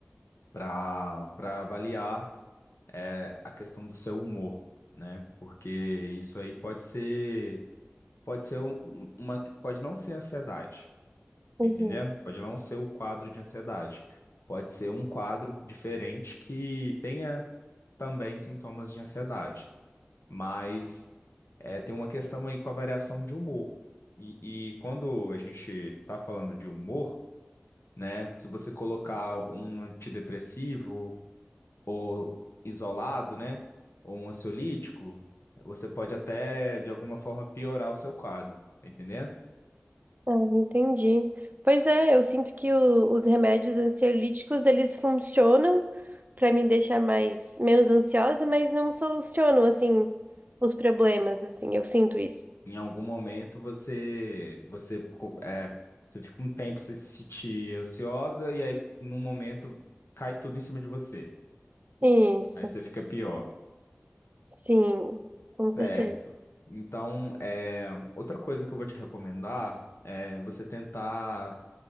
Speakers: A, on the left; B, on the right.
A: para para avaliar é, a questão do seu humor, né? Porque isso aí pode ser Pode ser um- um- uma, pode não ser ansiedade, tá
B: Uhum.
A: entendendo? Pode não ser o quadro de ansiedade. Pode ser um quadro diferente que tenha também sintomas de ansiedade, mas é, tem uma questão aí com a variação de humor. E, e quando a gente está falando de humor, né? Se você colocar um antidepressivo ou isolado, né? Ou um ansiolítico, você pode até de alguma forma piorar o seu quadro, tá entendendo?
B: Ah, entendi. Pois é, eu sinto que o- os remédios ansiolíticos, eles funcionam para me deixar mais menos ansiosa, mas não solucionam assim os problemas assim. Eu sinto isso.
A: Em algum momento você você co- é, você fica um tempo você se sentir ansiosa e aí num momento cai tudo em cima de você.
B: Isso.
A: Aí você fica pior.
B: Sim, com
A: Certo.
B: certeza.
A: Então, é, outra coisa que eu vou te recomendar é você tentar